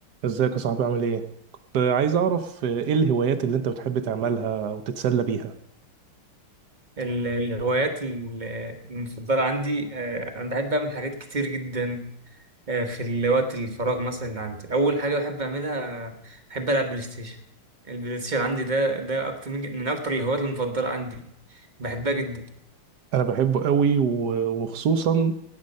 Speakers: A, on the right (about 65°); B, on the right (about 30°).
A: ازيك يا صاحبي عامل ايه؟ كنت عايز اعرف ايه الهوايات اللي انت بتحب تعملها او تتسلى بيها
B: ال- الهوايات ال- المفضلة عندي آه، أنا بحب أعمل حاجات كتير جدا آه، في الوقت الفراغ مثلا اللي عندي أول حاجة بحب أعملها آه، بحب ألعب بلاي ستيشن البلاي ستيشن عندي ده ده أكتر من, من أكتر الهوايات المفضلة عندي بحبها جدا
A: انا بحبه قوي و- وخصوصا